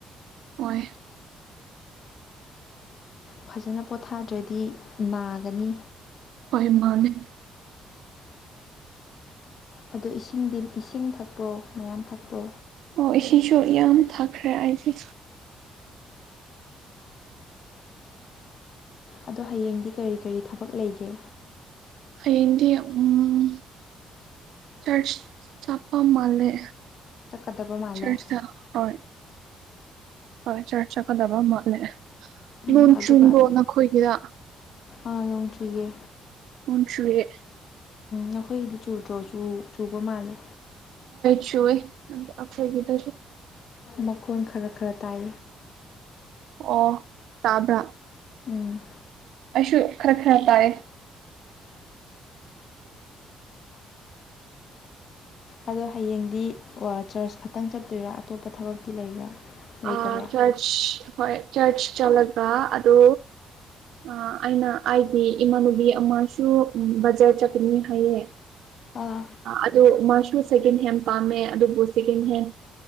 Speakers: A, on the right; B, on the left.
A: ꯑꯣꯏ
B: ꯐꯖꯅ ꯄꯣꯊꯥꯗ꯭ꯔꯗꯤ ꯅꯥꯒꯅꯤ
A: ꯑꯣꯏ ꯃꯥꯅꯤ
B: ꯑꯣ ꯏꯁꯤꯡꯗꯤ ꯏꯁꯤꯡ ꯊꯛꯄ꯭ꯔꯣ ꯃꯌꯥꯝ ꯊꯛꯄ꯭ꯔꯣ
A: ꯑꯣ ꯏꯁꯤꯡꯁꯨ ꯌꯥꯝ ꯊꯛꯈ꯭ꯔꯦ ꯑꯩꯁꯦ
B: ꯑꯗꯣ ꯍꯌꯦꯡꯗꯤ ꯀꯔꯤ ꯀꯔꯤ ꯊꯕꯛ ꯂꯩꯒꯦ
A: ꯑꯗꯤ ꯎꯝ ꯆꯔꯆ ꯆꯄ ꯃꯥꯂꯦ
B: ꯆꯠꯀꯗꯕ ꯃꯥꯜꯂꯦ
A: ꯆꯔꯁꯥ ꯍ ꯍꯣꯏ ꯆꯔꯁ ꯆꯠꯀꯗꯕ ꯃꯥꯜꯂꯦ
B: ꯎꯝ
A: ꯅꯣꯡ
B: ꯑꯗꯨꯒ
A: ꯆꯨꯕ꯭ꯔꯣ ꯅꯈꯣꯏꯒꯤꯗ
B: ꯑꯥ ꯅꯣꯡ ꯆꯨꯌꯦ
A: ꯃꯁꯨꯑꯦ
B: ꯅꯈꯣꯏꯒꯤꯗꯤ ꯆꯨꯗ꯭ꯔꯣ ꯆꯨꯕ ꯃꯥꯜꯂꯦ
A: ꯁꯨ ꯑꯁꯣꯏ ꯀꯗꯁꯨ
B: ꯃꯈꯣꯟ ꯈꯔ ꯈꯔ ꯇꯥꯏ
A: ꯑꯣ ꯇꯥꯕ꯭ꯔꯥ
B: ꯎꯝ
A: ꯑꯩꯁꯨ ꯈꯔ ꯈꯔ ꯇꯥꯏ
B: ꯑꯗꯣ ꯍꯌꯦꯡꯗꯤ ꯆꯔꯆ ꯈꯛꯇꯪ ꯆꯠꯇꯣꯏꯔꯥ ꯑꯇꯣꯞꯄ ꯊꯕꯛꯇꯤ ꯂꯩꯕ꯭ꯔꯥ ꯂꯩꯇꯕ꯭ꯔꯥ
A: ꯑ ꯆꯔꯆ ꯍꯣꯏ ꯆꯔꯆ ꯆꯠꯂꯒ ꯑꯗꯨ ꯑ ꯑꯩꯅ ꯑꯩꯗꯤ ꯏꯃꯥꯟꯅꯕꯤ ꯑꯃꯁꯨ ꯕꯖꯥꯔ ꯆꯠꯀꯅꯤ ꯍꯥꯏꯌꯦ
B: ꯑꯥ
A: ꯑꯗꯨ ꯃꯥꯁꯨ ꯁꯦꯀꯦꯟ ꯍꯦꯟ ꯄꯥꯝꯃꯦ ꯑꯗꯨꯕꯨ ꯁꯦꯀꯦꯟ ꯍꯦꯟ